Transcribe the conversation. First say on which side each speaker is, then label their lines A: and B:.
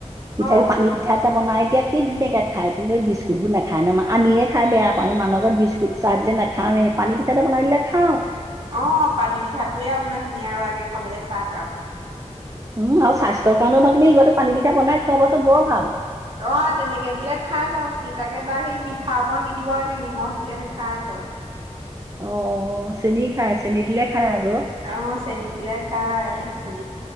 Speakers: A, on the right; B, on the right.
A: পিঠা
B: অ
A: পানী পিঠা এটা বনাই দিয়া, কি ধুনীয়াকে খাই। কিন্তু এই বি বিস্কুটবোৰ নেখায় ন, আমিয়ে খাই বেয়া পাওঁ। মানুহৰ ঘৰত বিস্কুট চাহ দিলে নাখাওঁয়েই। পানী পিঠাটো বনাই দিলে নেখাওঁ।
B: অ' পানী পিঠাটোয়ে আপোনাৰ ধুনীয়া লাগে, খাবলে চাহ কাপ।
A: উম' আৰু স্বাস্থ্যৰ কাৰণেও ভাল, তুমি ল'ৰাটোক পানী পিঠা বনাই খোৱাবা চোন বৰ ভাল।
B: অ' তেনেকে দিলে খাই বাৰু, সি তাকে তাৰ সেই মিঠা অকণ দি দিব লাগে, নিমখ দিলে নাখায় অকল।
A: অ' অ' চেনী খাই, চেনী দিলে খাই আগ।
B: অ' চেনী দিলে খাই সি,